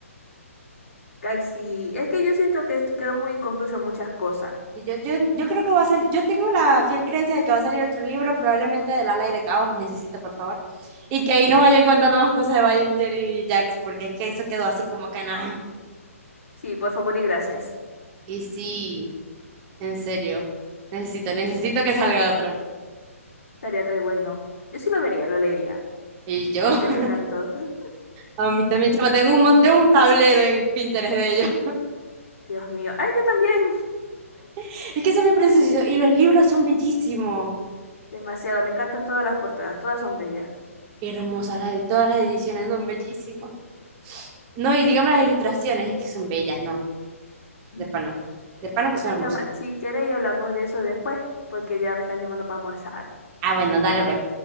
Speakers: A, on the left; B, on the right.
A: Ay, sí, es que yo siento que esto quedó muy inconcluso en muchas cosas.
B: Y Yo, yo, yo creo que va a salir, yo tengo la fiel creencia de que va a salir otro libro, probablemente de Lala y de Caos, necesito por favor, y que ahí nos vayan contando más cosas de Evangeline y Jax, porque es que eso quedó así como que nada.
A: Sí, por favor y gracias.
B: Y sí, En serio, necesito, necesito que salga otro.
A: Estaría re bueno. Yo sí lo vería, lo leería.
B: Y yo,
A: Es
B: <laughs>
A: que me encantó. <laughs>
B: a mí también,
A: Ten-
B: chama, tengo un, mon- tengo un tablero en Pinterest de ellos.
A: Dios mío. Ay, yo también.
B: <laughs> Es que son muy preciosos y los libros son bellísimos.
A: Demasiado, me encantan todas las portadas, todas son bellas.
B: Hermosas, las de todas las ediciones son bellísimas. No, y digamos las ilustraciones, es que son bellas, ¿no?
A: Mm.
B: De pana. De pana
A: Bueno,
B: que son hermosas.
A: chama, si queréis hablamos de eso después, porque ya me están llamando para almorzar.
B: Ah, bueno, dale, pues.